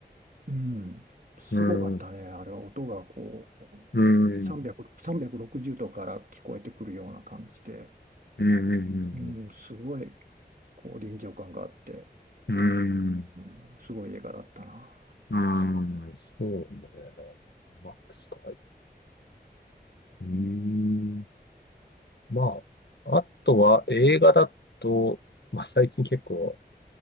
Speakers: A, on the right (about 55°); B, on the left (about 80°).
A: うん、すごかったね。
B: うーん、う
A: あれ、音がこう、
B: ーん、
A: 300、360度から聞こえてくるような感じで、
B: うーん、
A: うん、すごい、こう、臨場感があって、
B: うーん、うーん、
A: うん、すごい映画だったな。
B: うーん、そうね。マックスか。うーん。まあ、あとは映画だと、まあ最近結構